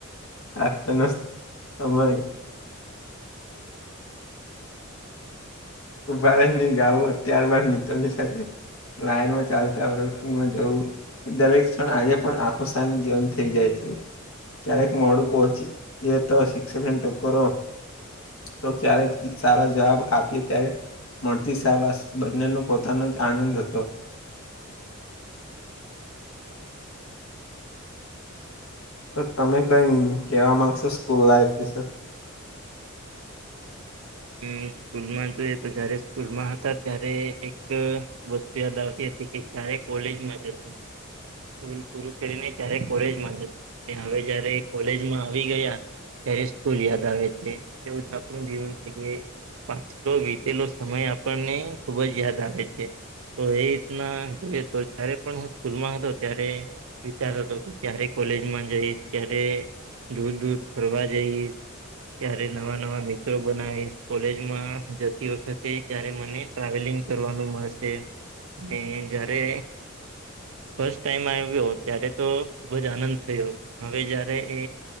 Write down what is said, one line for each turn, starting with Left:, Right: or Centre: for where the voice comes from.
Left: આ ન સમય કભારની ગાવો ત્યારબાદ મિત્રોની સાથે લાઈનમાં ચાલતા હોય ફ્રીમાં જવું દરેક ક્ષણ આજે પણ આંખો સામે ગન થઇ જાય છે. ક્યારેક મોડું પહોંચી એ તો શિક્ષકને ટકરો તો ક્યારેક સારો જવાબ આપી ત્યારે મળતી શાહબાસ બંનેનો પોતાનો જ આનંદ હતો તમે કઈ કેવા મામાંગશો સ્કૂલ લાઈફ વિશે
Right: મ સ્કૂલમાં જોઈએ તો જયારે સ્કૂલમાં હતા ત્યારે એક વસ્તુ યાદ આવતી હતી કે ક્યારે કોલેજમાં જશે સ્કૂલ પૂરું કરીને ત્યારે કોલેજમાં જશે હવે જયારે કોલેજમાં આવી ગયા ત્યારે સ્કૂલ યાદ આવે છે એવું જ આપણું જીવન પાછલો વીતેલો સમય આપણને ખુબ જ યાદ આવે છે તો એ રીતના જોઈએ તો જય્યારે પણ હું સ્કૂલમાં હતો ત્યારે વિચાર હતો કે ક્યારે કોલેજમાં જઈશ ક્યારે દૂર દૂર ફરવા જઈ ત્યારે નવા નવા મિત્રો બનાવી કોલેજમાં જતી વખતે ત્યારે મને ટ્રાવેલિંગ કરવાનું મળશે ને જયારે ફસ્ટ ટાઈમ આવ્યો ત્યારે તો ખુબ જ આનંદ થયો હવે જય્યારે એ